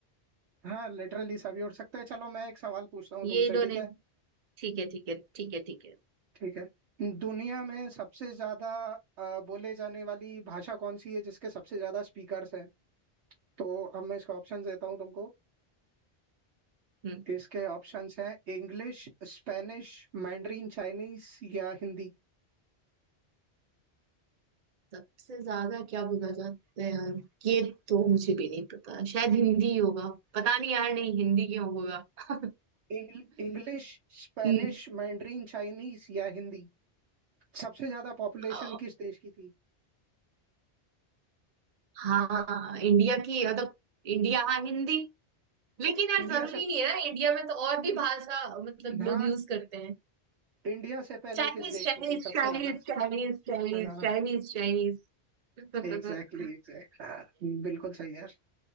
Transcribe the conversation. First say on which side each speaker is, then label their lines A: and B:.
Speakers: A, on the right; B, on the right.
A: हाँ लिटरली सभी उड़ सकते हैं चलो मैं एक सवाल पूछता हूँ
B: ये
A: तुमसे
B: इन्होंने
A: ठीक है
B: ठीक है ठीक है ठीक है ठीक है
A: ठीक है दुनिया में सबसे ज्यादा अ, बोले जाने वाली भाषा कौन सी है जिसके सबसे ज्यादा स्पीकर्स हैं तो अब मैं इसको ऑप्शन देता हूँ तुमको
B: हम्म
A: इसके ऑप्शंस हैं इंग्लिश स्पेनिश मैंड्रीन चाइनीस या Hindi
B: सबसे ज्यादा क्या बोला जाता है यार ये तो मुझे भी नहीं पता शायद हिंदी ही होगा पता नहीं यार नहीं हिंदी क्यों होगा <laughs>
A: English Spanish
B: हम्म,
A: Mandarin Chinese या हिंदी सबसे ज्यादा पॉपुलेशन
B: अ,
A: किस देश की थी
B: हाँ इंडिया की मतलब इंडिया हाँ हिंदी लेकिन यार
A: इंडिया
B: जरूरी
A: से
B: नहीं है ना इंडिया में तो और भी भाषा मतलब
A: हाँ
B: लोग यूज करते हैं
A: इंडिया से पहले
B: Chinese
A: किस देश
B: Chinese
A: की थी सबसे
B: Chinese
A: ज्यादा
B: Chinese Chinese
A: हाँ
B: Chinese Chinese <laughs>
A: एग्जैक्टली एग्जैक्ट हाँ बिल्कुल सही यार